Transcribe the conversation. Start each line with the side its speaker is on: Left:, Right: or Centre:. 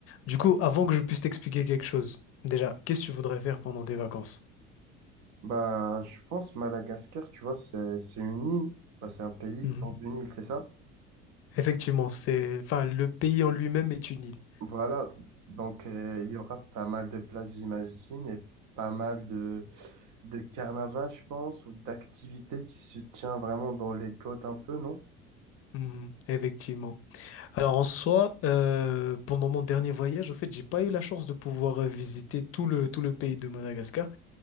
Left: Du coup, avant que je puisse t'expliquer quelque chose, déjà, qu'est-ce que tu voudrais faire pendant des vacances?
Right: Bah, je pense Madagascar, tu vois, c'est, c'est une île, Bah, c'est un pays
Left: Mhm.
Right: dans une île, c'est ça?
Left: Effectivement, c'est, enfin, le pays en lui-même est une île.
Right: Voilà, donc euh, il y aura pas mal de places, j'imagine, et pas mal de, de carnaval, je pense, ou d'activités qui se tient vraiment dans les côtes un peu, non?
Left: Mhm. Effectivement. Alors en soi, euh, pendant mon dernier voyage, en fait, j'ai pas eu la chance de pouvoir euh, visiter tout le, tout le pays de Madagascar.